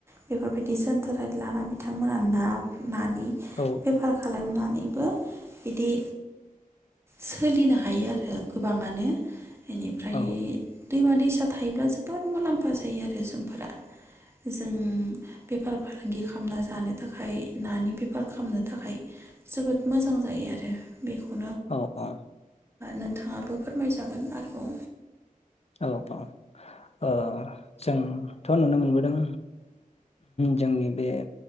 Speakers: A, on the right; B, on the left.
A: बेफोरबायदि जोनथोरारि लानानै बिथांमोना ना-नानि
B: औ
A: बेफार खालामनानै बिदि सोलिनो हायो आरो गोबाङानो बिनिफ्राय
B: औ
A: दैमा दैसा फिसा थायोब्ला जोबोद मुलाम्फा जायो आरो जोंफोरा जों बेफार फा लांगि खालामना जानो थाखाय नानि बेफार खामनो जोबोद मोजां जायो आरो बेखौ
B: औ औ
A: नोंथाङाबो फोरमायजागोन आरोबाव
B: औ औ ओ जोंथ' नुनो मोनबोदों जोंनि बे